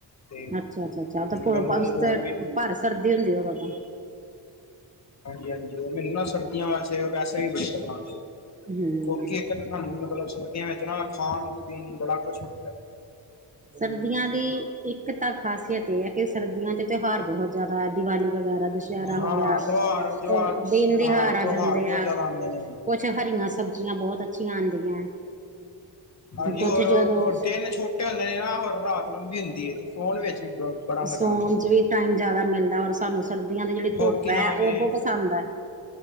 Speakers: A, on the left (about 40°); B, on the right (about 20°).
A: ਤੇ
B: ਅੱਛਾ- ਅੱਛਾ -ਅੱਛਾ
A: ਮੈਨੂੰ
B: ਉਸ
A: ਹੋਰ
B: ਤੇ
A: ਵੀ
B: ਭਰ ਸਰਦੀ ਹੁੰਦੀ ਉਹ ਤਾਂ
A: ਹਾਂਜੀ -ਹਾਂਜੀ ਉਹ ਮੈਨੂੰ ਨਾ ਸਰਦੀਆਂ ਵੈਸੇ- ਵੈਸੇ ਵੀ ਬੜੀ ਪਸੰਦ ਏ।
B: ਹੂੰ।
A: ਕੋਕੀ ਇੱਕ ਤਾਂ ਸਾਨੂੰ ਮਤਲਬ ਸਰਦੀਆ ਵਿੱਚ ਨਾ ਖਾਣ ਪੀਣ ਬੜਾ ਕੁਛ ਹੁੰਦਾ।
B: ਸਰਦੀਆਂ ਦੀ ਇੱਕ ਤਾਂ ਖ਼ਾਸੀਅਤ ਇਹ ਹੈ ਕਿ ਸਰਦੀਆਂ 'ਚ ਤਿਉਹਾਰ ਬਹੁਤ ਜ਼ਿਆਦਾ ਦੀਵਾਲੀ ਵਗੈਰਾ ਦੁਸਹਿਰਾ ਹੋ
A: ਹਾਂ
B: ਗਿਆ।
A: ਤਿਉਹਾਰ ਜਵਾਰ
B: ਹੋ ਦਿਨ ਦਿਹਾਰ
A: ਹਾਂ
B: ਆ
A: ਤਿਉਹਾਰ
B: ਜਾਂਦੇ
A: ਬਹੁਤ
B: ਆ
A: ਜ਼ਿਆਦਾ ਆਂਦੇ ਨੇ।
B: ਕੁਛ ਹਰੀਆਂ ਸਬ ਜ਼ੀਆਂ ਬਹੁਤ ਅੱਛੀਆਂ ਆਉਂਦੀਆਂ
A: ਹਾਂਜੀ
B: ਕੁੱਛ
A: ਹੋਰ
B: ਜਦੋਂ
A: ਹੋਰ ਦਿਨ ਛੋਟੇ ਹੁੰਦੇ ਨੇ ਨਾ ਹੋਰ ਰਾਤ ਲੰਬੀ ਹੁੰਦੀ ਹੈ ਤੇ ਸੋਣ ਵਿੱਚ ਵੀ ਬ ਬੜਾ ਮਜ਼ਾ
B: ਸੋਣ
A: ਆਉਂਦਾ
B: 'ਚ ਵੀ ਟਾਈਮ ਜਿਆਦਾ ਮਿਲਦਾ ਔਰ ਸਾਨੂੰ ਸਰਦੀਆਂ ਦੇ ਜਿਹੜੀ ਧੁੱਪ
A: ਹੋਰ ਕੀ
B: ਹੈ
A: ਨਾਮ
B: ਉਹ
A: ਏ
B: ਬਹੁਤ ਪਸੰਦ ਐ।